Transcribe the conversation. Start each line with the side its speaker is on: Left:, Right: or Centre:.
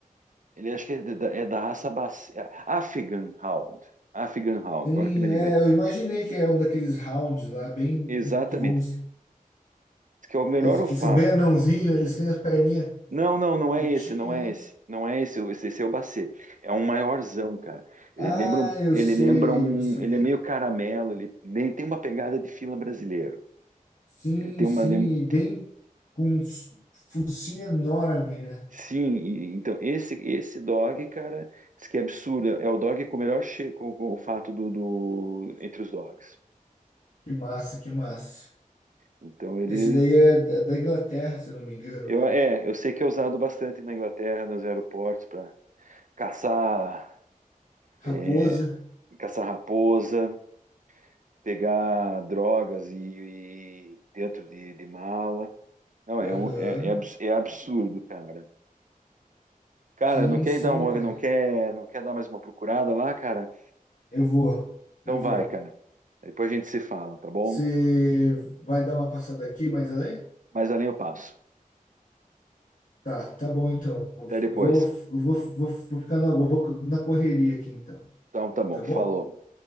Right: Ele acho que é da, é da raça Baci... Afghan Hound. Afghan Hound,
Left: Sim,
Right: agora que me lembrei.
Left: é, eu imaginei que é um daqueles rounds lá, bem
Right: Exatamente.
Left: que vão.
Right: Que é o melhor
Left: Eles que
Right: olfato.
Left: são bem anãozinhos, eles têm as perninhas
Right: Não, não, não
Left: curtinhas,
Right: é esse, não é
Left: né?
Right: esse. Não é esse, esse, esse é o Bacê. É um maiorzão, cara. Ele
Left: Ah,
Right: lembra, um-
Left: eu
Right: ele
Left: sei,
Right: lembra um.
Left: eu sei.
Right: Ele é meio caramelo, ele nem- tem uma pegada de fila brasileiro.
Left: Sim,
Right: Ele tem
Left: sim,
Right: uma. lem-
Left: e bem com um s- focinho enorme, né?
Right: Sim, e- então esse esse dog, cara, diz que é absurdo. É o dog com o melhor che... com, com o fato do, do- entre os dogs.
Left: Que massa, que massa.
Right: Então ele
Left: Esse daí é da é da Inglaterra, se eu não me engano,
Right: Eu,
Left: né?
Right: é, eu sei que é usado bastante na Inglaterra, nos aeroportos, para caçar, é,
Left: Raposa.
Right: caçar raposa, pegar drogas e, e dentro de, de mala. Não, é,
Left: Aham.
Right: um, é, é abs- é absurdo, cara. Cara,
Left: Sim,
Right: não quer
Left: sim,
Right: ir dar uma,
Left: cara.
Right: não quer, não quer dar mais uma procurada lá, cara?
Left: Eu vou,
Right: Então
Left: eu vou.
Right: vai, cara. Depois a gente se fala, tá bom?
Left: Você vai dar uma passada aqui mais além?
Right: Mas além eu passo.
Left: Tá, tá bom então.
Right: Até depois.
Left: Eu vou, eu vou, vou, vou ficar na, eu vou na correria aqui então,
Right: Então tá bom.
Left: tá
Right: Falou.
Left: bom?